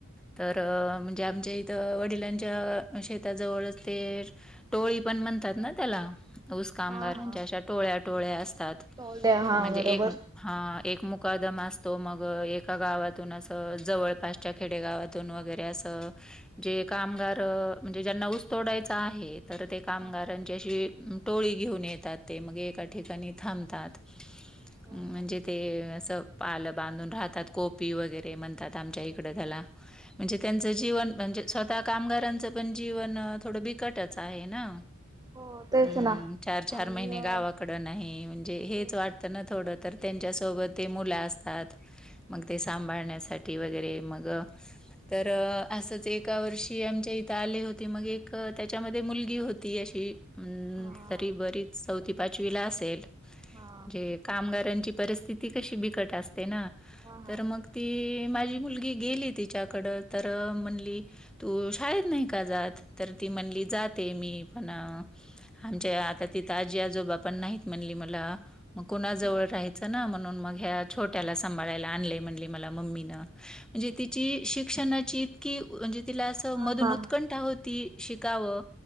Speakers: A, in the centre; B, on the right (about 20°).
A: तर म्हणजे आमच्या इथं वडिलांच्या शेताजवळच ते टोळी पण म्हणतात ना त्याला ऊस कामगारांच्या
B: हा हा
A: अशा टोळ्या-टोळ्या असतात.
B: टोले हा
A: म्हणजे,
B: बरोबर
A: एक हा एक मुकादम अस तो मग एका गावातून असं जवळपासच्या खेडे गावा तुन वगैरे असं जे कामगार म्हणजे ज्यांना ऊस तोडायचा आहे ते. तर ते कामगारांच्याशी
B: हा
A: टोळी घेऊन येतात ते मगे एका ठिकाणी थांबतात.
B: हा
A: म्हणजे ते असं पालं बांधून राहतात कोपी वगैरे म्हणतात आमच्या इकडं त्याला. म्हणजे त्यांच जीवन म्हणजे स्वतः कामगार त्यांच पण जीवन थोडं बिकटच आहे ना.
B: हो तेच
A: हम्
B: ना
A: चार चार
B: आणि
A: महिने
B: अ
A: गावाकड नाही म्हणजे हेच
B: ते
A: वाटतं ना थोड, तर त्यांच्यासोबत ते मुलं असतात मग ते सांभाळण्यासाठी वगैरे मग तर असंच एका वर्षी आमच्या इथं आले होते मग एक त्याच्यामध्ये मुलगी होती अशी
B: हा
A: तरी बरीच चौथी पाचवीला असेल,
B: हा
A: जे कामगारां परिस्थिती कशी बिकट असते ना,
B: हा
A: तर मग ती माझी मुलगी गेली तिची तिच्या कडं तर म्हणली तू शाळेत नाही का जात तर ती म्हणली जाते मी. पण आमच्या आता तिथं आजी आजोबा पण नाहीत म्हणली मला मग कुणाजवळ
B: हा
A: राहायंच ना मग. म्हणून या छोट्याला सांभाळय आणलंय म्हणली मला मम्मी नं म्हंजे जी शिक्षणाची इतकी म्हणजे तिला असं
B: हा
A: मधून
B: हा
A: उत्कंठा होती. शिकावं